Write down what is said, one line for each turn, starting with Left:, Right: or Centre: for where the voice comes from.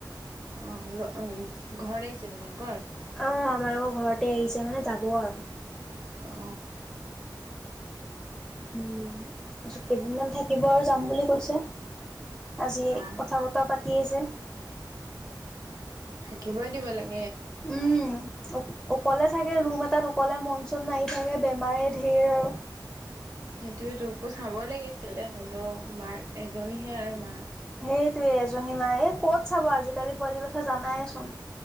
Right: অ ল অ ঘৰত আহিছে তোমালোকৰ?
Centre: অ আমাৰো ঘৰতে আহিছে মানে যাব আৰু।
Right: অ।
Centre: উম যোগ কেইদিনমান থাকিব আৰু যাম বুলি কৈছে। আজি
Right: অ
Centre: কথা বতৰা পাতি আছে।
Right: কিবই দিব লাগ
Centre: উম অক অকলে থাকে ৰুম এটাত অক ক'লে মনচুন মাৰি থাকে বেমাৰে ঢেৰ আৰু।
Right: সেইটোয়ে তোকো চাব লাগিছ ছিলে হ'লেও মাৰ এজনীহে আও মাক
Centre: সেইটোয়ে এজনী মা এই কত চাব আজিকালি পোৱালি কথা জানাইেচোন।